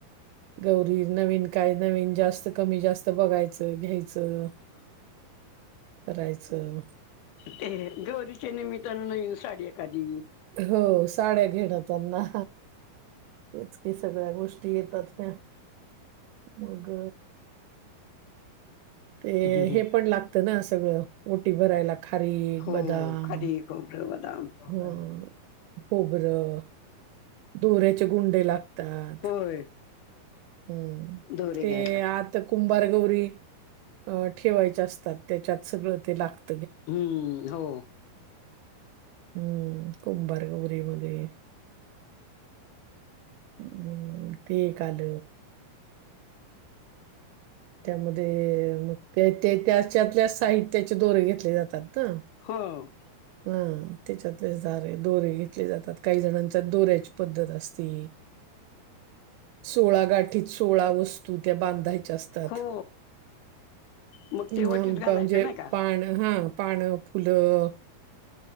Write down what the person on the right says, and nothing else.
गौरी नवीन काय नवीन जास्त कमी जास्त बघायचं घ्यायचं.
करायचं.
हो साड्या घेणं त्यांना तेच कि सगळ्या गोष्टी येतात ह्या मग ते
हे पण लागतं ना सगळं, ओटी भरायला खारीक,
बदाम
हं, खोबरं, दोऱ्याचे गुंडे लागतात.
हम्म
ते
आ तर कुंभारगौरी ठेवायच्या असतात त्याच्यात सगळं ते लागतात.
हम्म कुंभारगौरी मध्ये हम्म ते काल त्यामध्ये मग त्या ते त्याच्यातल्या साहित्याचे दोरे घेतले जातात ना,
ह त्याच्यातले दारे दोरे घेतले जातात काही जणांच्या दोऱ्याची पद्धत असती. सोळा गाठीत सोळा वस्तू त्या बांधायच्या असत.
म्हणजे
पाण हा पाणं, फुलं,